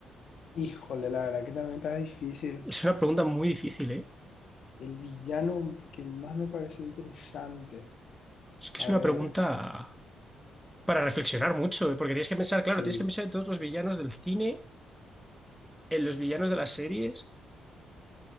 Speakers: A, on the left (about 60°); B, in the centre.
A: Híjole, la verdad que también está difícil.
B: Es una pregunta muy difícil, ¿eh?
A: El villano que más me pareció interesante.
B: Es que
A: A
B: es una
A: ver,
B: pregunta para reflexionar mucho, ¿eh? porque tienes que pensar,
A: sí,
B: claro, tienes que pensar en todos los villanos del cine, en los villanos de las series.